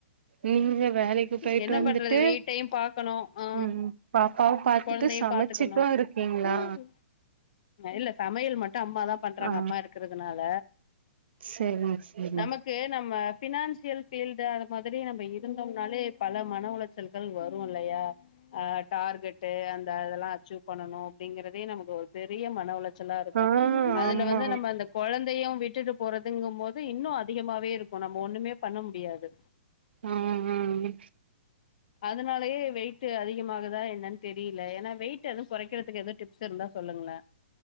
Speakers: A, on the right; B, on the left.
A: நீங்க வேலைக்கு போயிட்டு
B: என்ன
A: வந்துட்டு
B: பண்றது வீட்டையு பாக் கணு ஆ
A: ம் பாப்பாவ பாத்துட்டு
B: கொழந்தையு
A: சமைச்சிட்டு
B: பாத்துக்கணு
A: இருக்கீங்களா
B: ம் இல்ல சமையல் மட் டு அம்மா தா பண்றாங்க
A: ஆ
B: அம்மா இருக்கறதுனால
A: செரிங்க செரிங்க
B: நமக் கு நம்ம ஃபினான்சியல் ஃபீல்டு அது மாதிரி நம்ப இருந்தோம்னாலே பல மன உளைச்சல்கள் வரு வரு இல்லையா அ டார்கெட்டு அந்த அதெல்லா அச்சீவ் பண்ணணு‌ அப்படிங்கறதே நமக்கு ஒரு பெரிய மன உள ச்சல்லா இருக்கு
A: ஆ
B: அதுல
A: ஆமா
B: வந்து நம்ம அந்த குழந்தையு விட்டுட்டு போறதுங்கும் போது இன்னு அதிகமாவே இருக்கு நம்ம ஒண்ணுமே பண்ண முடியாது
A: ஆ‌ ஆ ஆ
B: அதனாலயே வெயிட் அதிகமாகுதா என்னன்னதெரில எனா வெயிட் எது கொறைக்கறதுக்கு எதா டிப்ஸ் இருந்தா சொல்லுங்ளே